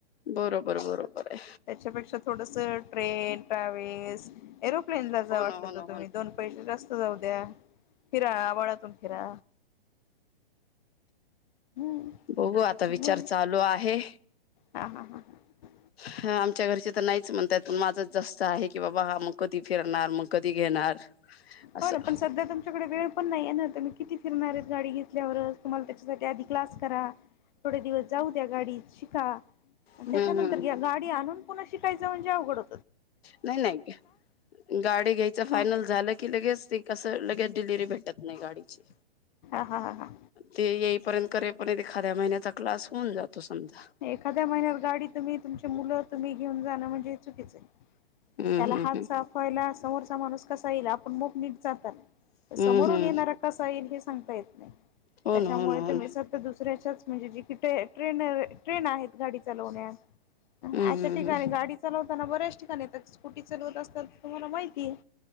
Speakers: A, on the left (about 75°); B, on the left (about 50°).
A: बरोबर बरोबर आहे
B: त्याच्यापेक्षा थोडस ट्रेन ट्रॅवल्स एरोप्लेन ला
A: हो
B: जा
A: ना
B: वाटलं
A: हो ना
B: तर
A: हो
B: तुम्ही
A: ना
B: दोन पैसे रस्त जाऊ द्या फिरा आवळातून फिरा हम्म
A: बघू
B: त्याच्यामुळे
A: आता विचार चालू आहे
B: हा हा हां ह
A: हा आमच्या घरचे तर नाहीच म्हणतय प माझंच जास्त आहे की बाबा मग कधी फिरणार मग कधी घेणार असं
B: हो ना पण सध्या तुमच्याकडे वेळ पण नाही आहे ना मही किती फिर मऱ्यात गाडी घेतल्यावरच तुम्हाला त्याच्यासाठी आधी क्लास करा थोडे दिवस जाऊ द्या गाडीत शिका
A: हम्म
B: त्याच्यानंतर
A: हम्म
B: घ्या गाडी आणून कोुणा शिकयं म्हणेवघडं
A: नाही नाही गाडी घ्यायच फायनल
B: हा
A: झालं की की लगे ठीक असस लगे डिलवररी भेटत नाही गाडीची
B: हा हा हा
A: ते र्यंत करे पर्यंत एखाद्या महिन्याचा क्स होऊन जातो समजा
B: एखाद्या महिन्यात गाडी तुम्ही तुमचे मुलं तुम्ही घेऊन जाणं म्हणजे चुकीचं आहे
A: हम्म
B: त्याला
A: हम्म
B: हात साफवायला समोर माणूस कसा येईल आपण मग नीट जातात
A: हम्म
B: समोरून
A: हम्म हम्म
B: येणार कसाईल हे सांगता येत नाही
A: हो
B: त्याच्यामुळे
A: ना हो ना हो
B: ते मिसर
A: ना
B: तर दुस फ्रेशर्स म्हणजे जी की ट्रेनर ट्रेन आहेत गाडी चालवण्यात
A: हम्म
B: अशा
A: हम्म
B: ठिकाणी
A: हम्म
B: गाडी चालवते असताना बऱ्याच ठिकाणी येतात स्कुटी चालवत असतात तुम्हाला माहिती आहे